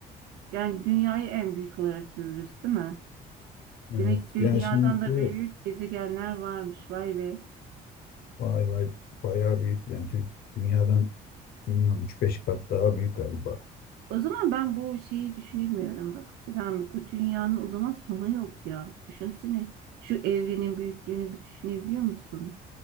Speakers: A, on the right; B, on the left.
A: yani dünyayı en büyük olarak görürüz, değil mi?
B: Evet.
A: Demek dünyadan
B: Yani şimdi
A: da
B: bu,
A: büyük gezegenler varmış. Vay be.
B: vay vay bayağı büyük yani Tür- dünyadan bilmiyorum 3-5 kat daha büyük galiba.
A: O zaman ben bu şeyi düşünemiyorum bak Selami. Bu dünyanın o zaman sonu yok ya. Düşünsene. Şu evrenin büyüklüğünü bir düşünebiliyor musun?